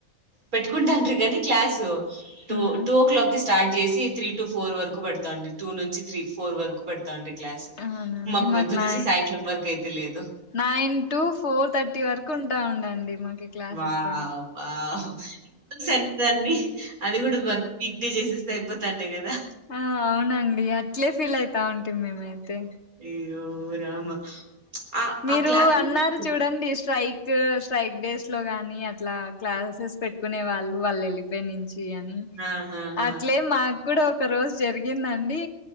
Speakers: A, on the right (about 85°); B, on the left (about 55°).
A: పెట్టుకుంటాం ట్రీ కానీ క్లాసు
B: హ్మ్
A: టు టు ఓ క్లాక్ కి సి స్టార్ట్ చేసి త్రీ టు ఫోర్ వరకు పెడతాండి టూ నుంచి త్రీ ఫోర్ వరకు పెడతా తాండి క్లాస్
B: అవునండి
A: మాకు పొద్దు నుంచి
B: నై
A: సాయకాలం వరకు అయితే లేదు
B: నైన్ టు ఫోర్ థర్టీ వరకు ఉంటా ఉండండి మాకి క్లాసెస్
A: వావ్ వావ్ సత్యాన్ని అది కూడా బర్బీ చేసెస్త అయిపోతాటాయి కదా
B: ఆ అవునండి అట్లే ఫీల్ యితు తా టిమి మేమే తే
A: అయ్యో రామ ఆ
B: మీరు
A: ఆ క్లాసెస్
B: అన్నారు చూడండి స్ట్రైక్ స్ట్రైక్ డేస్ లో గాని అట్లా క్లాసెస్ పెట్టుకునే వాళ్ళు వాళ్ళు వెళ్ళిపోయి నుంచి యని
A: ఆహాహా
B: అట్లే మాక్ కూడా ఒక రోజు జరిగిందండి